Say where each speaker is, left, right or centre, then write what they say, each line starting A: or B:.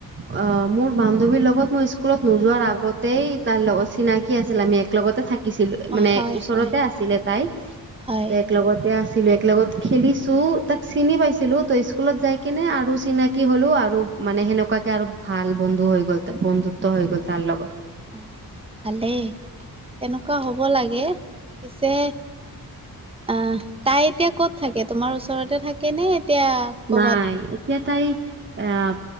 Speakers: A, on the right; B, on the right.
A: অ, মোৰ বান্ধৱীৰ লগত মই স্কুলত নোযোৱাৰ আগতেই তাৰ লগত চিনাকি আছিল আমি এক লগতে থাক শিকিছিলো
B: অ
A: মানে
B: হয়
A: ওচৰতে
B: হয়
A: আছিলে তাই
B: হয়
A: তে এক লগতে আছিলে লগত খেলিছো তাক চিনি পাইছিলো, ত স্কুলত যাই কিনে আৰু চিনাকি হল লো আৰু মানে সেনেকুৱাকে আৰু ভাল বন্ধু হৈ গ'ল তা বন্ধুত্ব হৈ গ'ল তাৰ লগত।
B: আহ ভালেই তেনেকুৱা হ'ব লাগে পিছে আহ তাই এতিয়া ক'ত থাকে তোমাৰ ওচৰতে থাকে নে এতিয়া কৰ'বাত
A: নাই। এতিয়া তাই আহ